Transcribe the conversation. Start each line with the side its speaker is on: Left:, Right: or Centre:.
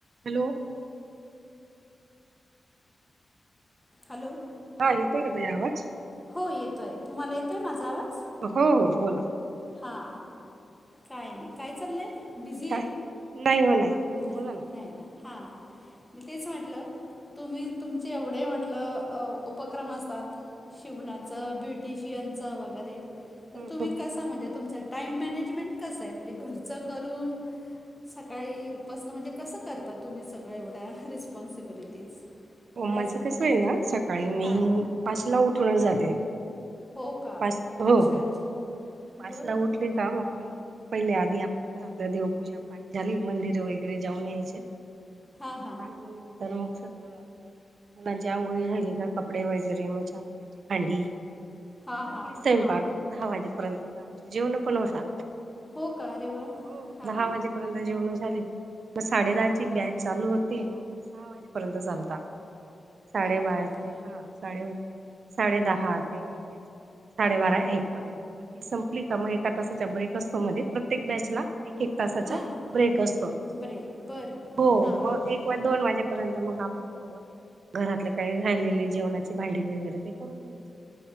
Right: Hello.
Centre: Hello.
Right: हा, येतोय का ताई आवाज?
Centre: हो येतोय, तुम्हाला येतोय माझा आवाज?
Right: हो-हो, बोला.
Centre: हा, काय नाही, काय चाललंय? बिझी
Right: काय
Centre: आहे.
Right: नाही हो नाही
Centre: नाही,
Right: बोला
Centre: नाही ना? हा, मी तेच म्हटलं, तुम्ही तुम चे एवढे म्हटलं, अ उपक्रम असतात. शिवणा च, ब्युटीशियनच वगैरे, तर
Right: हम्म.
Centre: तुम्ही कसं च म्हणजे तुमचं टाइम मॅनेजमेंट कसं आहे. म्हणजे घरचं करून सकाळी पसन म्हणजे कसं करता तुम्ही सगळं एवढ्या रिस्पॉन्सिबिलिटीज?
Right: ओ
Centre: काय
Right: माझं
Centre: सांगाल
Right: कसं आहे ना, सकाळी मी
Centre: हां
Right: पाचला उठूनच जाते.
Centre: हो का
Right: पाच,
Centre: अच्छा
Right: हो-हो,
Centre: अच्छा
Right: पाचला
Centre: बरं
Right: उठली का मग मी पहिले आधी आपल्या घरातलं देवपूजा पाठ झाली. मंदिर वगैरे जाऊन यायचं.
Centre: हां हां
Right: आणि मग नंतर मग सगळं मुलांची आंघोळी झाली का? कपडे वगैरे मग चहा पाण्याची भांडी.
Centre: हां
Right: लागली
Centre: हां
Right: स्वयंपाक
Centre: हां
Right: दहा वाजेपर्यंत तर आमचे जेवणं पण होता,
Centre: हो का अरे वा
Right: हो,
Centre: हां
Right: दहा वाजे पर्यंत जेवणं झाले, मग साडे
Centre: हां
Right: दहाची बॅच चालू होती, मग ते सहा वाजेपर्यंत चालता. साडे
Centre: अरे
Right: पाच
Centre: बापरे
Right: ते हा, साडे साडे दहा ते साडेबारा
Centre: हां
Right: एक पर्यंत मग ती संपली का, मग एका तासाचा ब्रेक असतो मध्ये, प्रत्येक बॅचला ए एक तासाचा
Centre: हां हां
Right: ब्रेक असतो
Centre: ब्रेक बरं बरं
Right: हो,
Centre: हां
Right: मग एक वा दोन वाजेपर्यंत मग आपण थोडं, घरातलं काही राहिलेले जेवणाची भांडी वगैरे ते करून घ्यायचं.